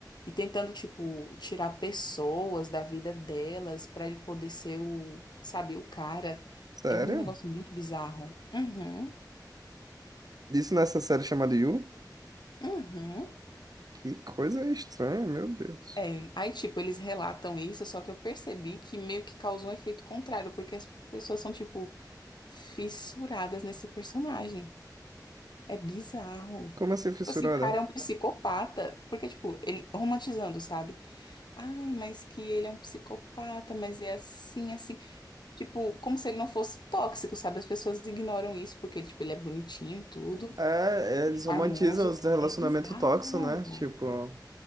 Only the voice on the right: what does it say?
Sério?
Isso nessa série chamada You?
Que coisa estranha, meu Deus.
Como assim,
fissurada?
É, eles romantizam
os relacionamentos
tóxicos, né? Tipo,